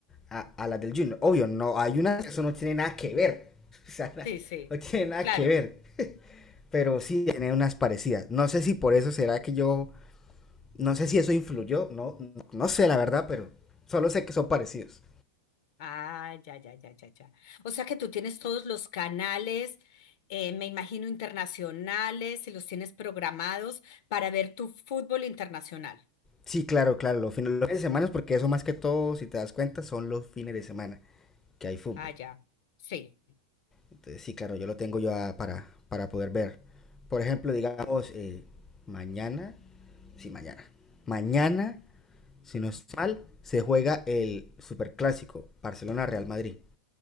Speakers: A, on the left; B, on the left.
A: a, a las del Junior. Obvio, no, hay unas que eso no tiene nada que ver. <laughs> O sea, na-
B: Sí, sí,
A: no tiene nada
B: claro.
A: que ver. <laughs> Pero sí tiene unas parecidas. No sé si por eso será que yo. No sé si eso influyó. No, no, no sé la verdad, pero solo sé que son parecidos.
B: Ah, ya, ya, ya, ya, ya. O sea que tú tienes todos los canales, eh, me imagino internacionales, y los tienes programados para ver tu fútbol internacional.
A: Sí, claro, claro, los fines, los fines de semana, porque eso más que todo, si te das cuenta, son los fines de semana que hay fútbol.
B: Ah, ya, sí.
A: Entonces, sí, claro, yo lo tengo yo para, para poder ver. Por ejemplo, digamos, eh, mañana, sí, mañana, mañana, si no estoy mal, se juega el superclásico Barcelona-Real Madrid.